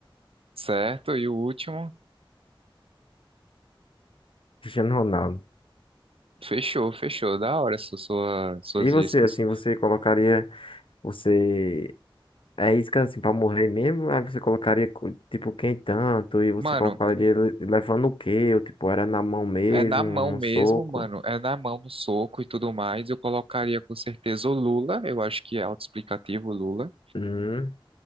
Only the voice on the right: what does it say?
Certo, e o último.
Fechou, fechou. Da hora su- sua, suas
iscas.
Mano,
é na mão
mesmo,
mano. É na mão, no soco e tudo mais. Eu colocaria com certeza o Lula. Eu acho que é autoexplicativo o Lula.